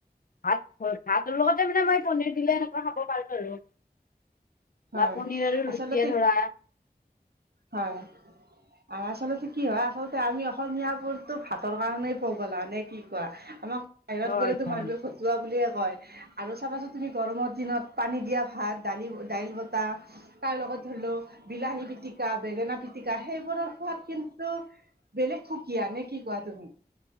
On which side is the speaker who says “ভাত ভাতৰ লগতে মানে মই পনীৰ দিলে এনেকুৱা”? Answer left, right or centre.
Left